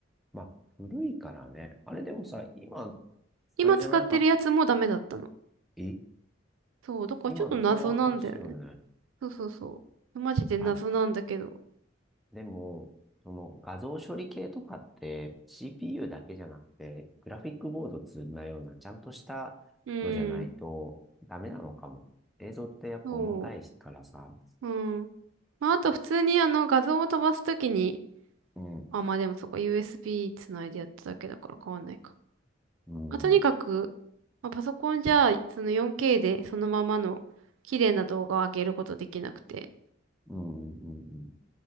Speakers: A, in the centre; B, on the right (about 90°).
A: まあ、古いからね。あれでもさ、今、
B: 今使ってるやつもダメだったの。
A: あれじゃないあ、え
B: そう、だからちょっと謎なんだよね。
A: 今、それは新しいよね。
B: そうそうそう。マジで謎なんだけど。
A: あ、でも、その画像処理系とかって CPU だけじゃなくて、グラフィックボード積んだような、ちゃんとしたのじゃないとダメなのかも。
B: うん。
A: 映像ってやっぱ重たいからさ。
B: そう。うん。まあ、あと普通にあの画像を飛ばすときに、
A: うん、
B: あ、まあでもそこ USB つないでやっただけだから変わんないか。
A: うん、
B: まあ、とにかく、まあ、パソコンじゃその 4K でそのままの綺麗な動画を上げることできなくて。
A: うん、うん、うん、